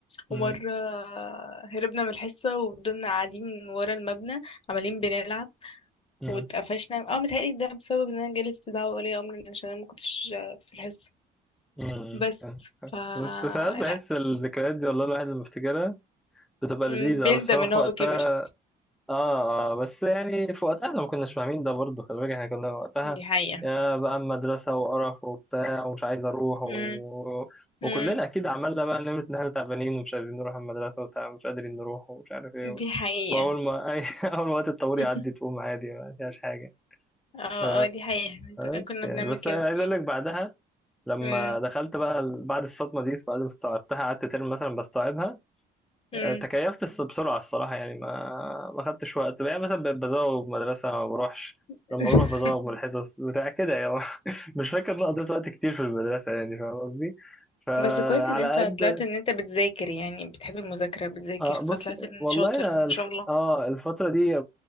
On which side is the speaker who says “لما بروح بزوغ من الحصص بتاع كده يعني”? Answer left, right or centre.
Centre